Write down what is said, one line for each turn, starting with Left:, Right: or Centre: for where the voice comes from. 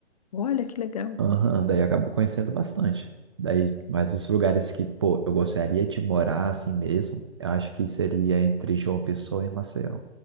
Left: Olha que legal.
Right: Aham, daí eu acabo conhecendo bastante. Daí, mas os lugares que, pô, eu gostaria de morar assim mesmo, eu acho que seria entre João Pessoa e Maceió.